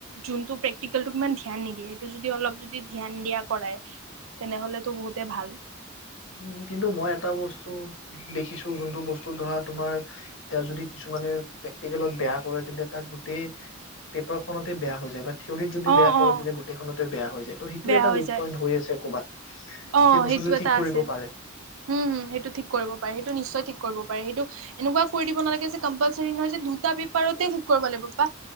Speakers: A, on the right (about 85°); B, on the left (about 65°).
A: যোনটো প্ৰেক্টিকেলটোক ইমান ধ্যান নিদিয়ে, সেইটো যদি অলপ যদি ধ্যান দিয়া কৰাই। তেনেহ'লেতো বহুতেই ভাল।
B: উম, কিন্তু মই এটা বস্তু দেখিছোঁ যোনটো বস্তু ধৰা তোমাৰ এতিয়া যদি কিছুমানে প্ৰেক্টিকেলত বেয়া কৰে তেন্তে তাক গোটেই পেপাৰখনতে বেয়া হৈ যায় বা থিয়ৰিত যদি
A: অ
B: বেয়া কৰে
A: অ
B: তেতিয়া গোটেইখনতে বেয়া হৈ যায় ত' সেইটো
A: বেয়া
B: এটা
A: হৈ
B: উইক
A: যায়
B: পইণ্ট হৈ আছে ক'ৰবাত।
A: অ'
B: সেই বস্তুটো
A: সেইটো
B: যদি ঠিক
A: এটা
B: কৰিব
A: আছে,
B: পাৰে
A: হম, হম, সেইটো ঠিক কৰিব পাৰে, সেইটো নিশ্চয় ঠিক কৰিব পাৰে সেইটো এনেকুৱা কৰি দিব নালাগে যে কম্পালচৰি নহয় যে দুটা পেপাৰতে ঠিক কৰিব লাগিব বা